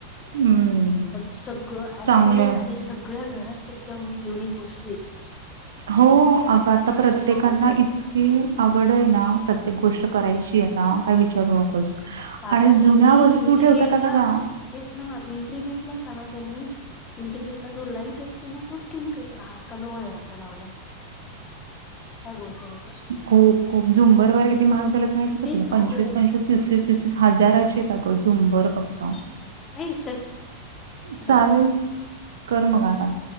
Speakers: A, on the right; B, on the left.
A: हम्म
B: पण सगळ अप
A: चांगलंय
B: टु डेट आणि सगळ्या घरात एकदम युनिक वस्तू आहेत.
A: हो, अग आता प्रत्येकांना
B: मोकळ मोकळ आहे
A: कि आवड आहे ना, प्रत्येक गोष्ट करायची आता काय विचारू नका.
B: साधा
A: आणि
B: त्यांनी
A: जुन्या वस्तू
B: एंट्री
A: ठेवत्याता
B: गेटला
A: त्या
B: तेच ना एंट्री घेतला सगळा त्यांनी. इंटरवटला जो लाईट असतो ना, तोच <unintelligible> लावलाय काय बोलते असं
A: हो खूप झुंबर वैगैरे किती महाग झाल्यात. माहिती आहे
B: तेच
A: का तुला
B: सांगते
A: पंचवीस,
B: ना
A: पंचवीस, तीस, तीस हजाराचे आहेत अग झुंबर फक्त
B: काहिहि चल
A: चालेल,
B: बाय
A: कर मग आराम.